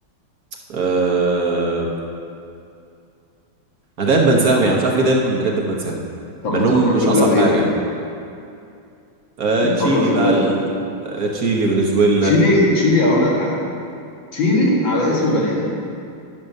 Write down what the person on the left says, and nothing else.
طب
بتفكر
في بلاد
ايه طيب
بتفكر
في
بلاد
ايه
تشيلي تشيلي اقول لك حاجه تشيلي على اسم بني ادم